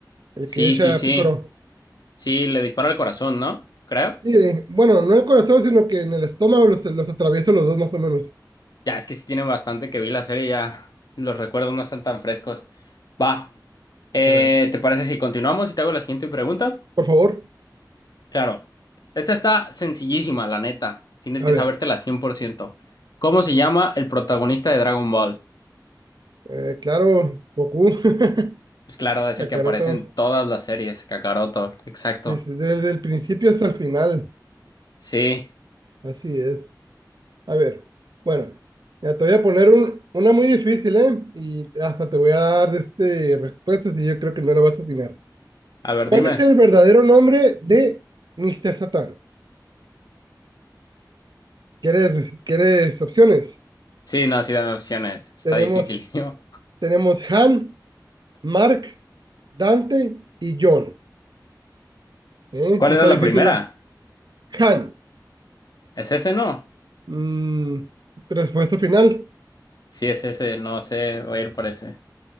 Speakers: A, on the right (about 70°); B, on the left (about 65°).
A: el
B: sí,
A: que echa
B: sí, sí.
A: a Piccolo.
B: Sí, le dispara al corazón, ¿no? Creo.
A: Y, eh, bueno, no en el corazón, sino que en el estómago los, los atravieso los dos más o menos.
B: Ya, es que sí tiene bastante que vi la serie, ya los recuerdos no están tan frescos. Va. Eh,
A: A ver,
B: ¿te parece si continuamos y te hago la siguiente pregunta?
A: por favor,
B: Claro. Esta está sencillísima, la neta. Tienes
A: a
B: que
A: ver.
B: sabértela 100%. ¿Cómo se llama el protagonista de Dragon Ball?
A: Eh, claro, Goku, <laughs>
B: Pues claro, es
A: Kakaroto,
B: el que aparece en todas las series, Kakaroto. Exacto.
A: desde, desde el principio hasta el final,
B: Sí.
A: así es. A ver, bueno, ya te voy a poner un- una muy difícil, ¿eh? Y hasta te voy a dar este, respuestas y yo creo que no la vas a atinar.
B: A ver,
A: ¿Cuál
B: dime.
A: es el verdadero nombre de Mr. Satan? ¿Quieres, quieres opciones?
B: Sí, no, sí, dame opciones. Está
A: Tenemos,
B: difícil, <laughs> tío.
A: tenemos Han, Mark, Dante y John. ¿Eh?
B: ¿Cuál
A: Sí está
B: era la
A: difícil,
B: primera?
A: ¿verdad? Han.
B: ¿Es ese, no?
A: mm, respuesta final.
B: Sí, es ese. No sé, voy a ir por ese.